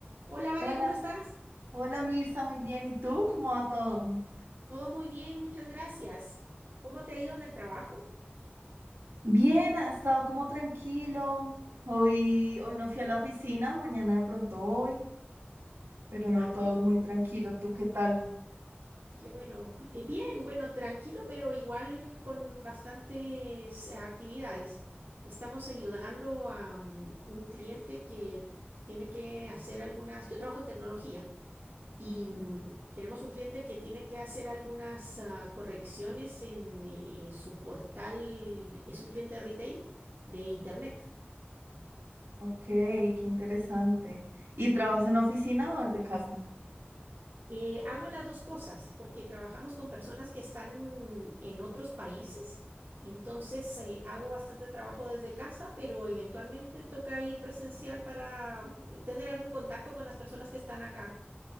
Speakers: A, on the right; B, on the right.
A: Hola, Vale,
B: Hola,
A: ¿cómo estás?
B: hola Mirza, muy bien. ¿Y tú? ¿Cómo va todo?
A: Todo muy bien, muchas gracias. ¿Cómo te ha ido en el trabajo?
B: Bien, ha estado como tranquilo. Hoy, hoy no fui a la oficina, mañana de pronto voy, pero no
A: Ah,
B: todo
A: qué bueno,
B: muy tranquilo. ¿Tú qué tal?
A: qué bueno. Bi- eh, Bien, bueno, tranquilo, pero igual con bastantes eh, actividades. Estamos ayudando a mm, un cliente que tiene que hacer algunas, yo trabajo en tecnología y
B: Ok,
A: mm, tenemos un cliente que tiene que hacer algunas ah, correcciones en eh, su portal, es un cliente retail de internet.
B: ok, qué interesante. ¿Y trabajas en oficina o desde casa?
A: Eh, hago las dos cosas porque trabajamos con personas que están en otros países, entonces eh, hago bastante trabajo desde casa, pero eventualmente toca ir presencial para eh, tener algún contacto con las personas que están acá.